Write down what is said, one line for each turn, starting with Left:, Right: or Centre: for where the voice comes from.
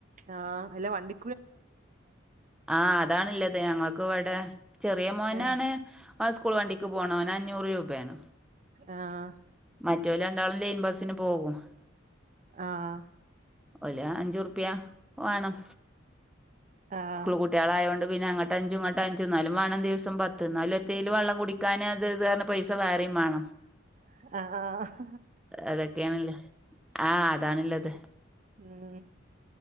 Right: ആഹ അല്ലാ വണ്ടി
Centre: ആഹ അതാണില്ലത് ഞങ്ങൾക്ക് ഇവിടെ ചെറിയ മോനാണ്
Right: ആഹ്
Centre: ആ സ്കൂൾ വണ്ടിക്ക് പോണ ഓന അഞ്ഞൂറ് രൂപയാണ്
Right: ആഹ്
Centre: മറ്റേല് രണ്ടാളും ലെയിൻ ബസിന് പോകും
Right: ആഹ്
Centre: ഒല് അഞ്ചു റുപ്യ വേണം
Right: ആഹ്
Centre: സ്കൂൾ കു കുട്ടയാളായോണ്ട് പിന്നെ അങ്ങോട്ട അഞ്ചും ഇങ്ങോട്ട അഞ്ചും എന്നും വാ ണം ദിവസംത്ത് എന്നാലും എതെ ലും വെള്ളം കുടിക്ക കന അത് ഇത് പൈസ വേറെയും വേണം
Right: ആഹ
Centre: അതൊക്കെയാണല്ലേ ആഹ അതാണല്ലത്
Right: ഉം